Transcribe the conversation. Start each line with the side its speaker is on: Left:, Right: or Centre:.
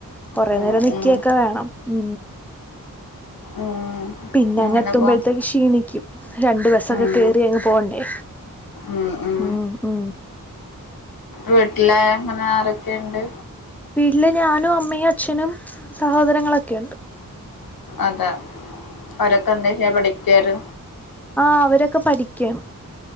Centre: കൊറെ
Left: ഉം
Centre: നേരം നിക്കിയൊക്കെ
Left: ഉം
Centre: വേണം. ഉ
Left: ഉം
Centre: പിന്നെ അങ്ങ്
Left: അങ്ങനെ
Centre: എത്തുമ്പോഴത്തേക്ക്
Left: പോണ്
Centre: ക്ഷീണിക്കും. രണ്ട് ബസ്സൊക്കെ
Left: ഉം
Centre: കേറി അങ്ങ് പോണ്ടേ.
Left: ഉം ഉം
Centre: ഉ ഉ
Left: വീട്ടില് ഇങ്ങനെ ആരൊക്കെയുണ്ട്.
Centre: ഇല്ല ഞാനും, അമ്മയും, അച്ഛനും, സഹോദരങ്ങളൊക്കെഉണ്ട്.
Left: അതെ അവരൊക്കെ എന്താച്ചായ്യ പഠിക്കറ്.
Centre: ആഹ അവരൊക്കെ പഠിക്കൃ.